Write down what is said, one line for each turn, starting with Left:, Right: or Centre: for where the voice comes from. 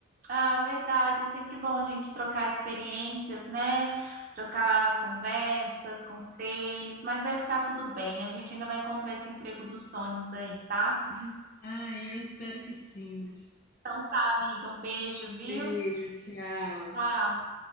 Right: Ah, verdade, é sempre bom a gente trocar experiências, né? Trocar conversas, conselhos, mas vai ficar tudo bem. A gente ainda vai encontrar esse emprego dos sonhos aí, tá?
Left: Ah, eu espero que sim.
Right: Então tá, amiga, um beijo, viu?
Left: Beijo, tchau.
Right: Tchau.